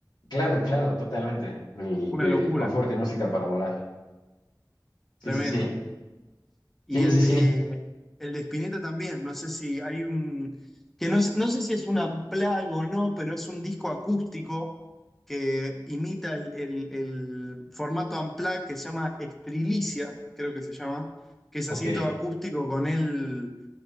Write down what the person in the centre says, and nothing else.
Una
locura,
tremendo.
Y
el
de el de Spinetta también, no sé si hay un. que no, no sé si es un unplugged o no, pero es un disco acústico que imita el, el- el formato unplugged que se llama Estrilicia, creo que se llama, que es
así todo acústico con él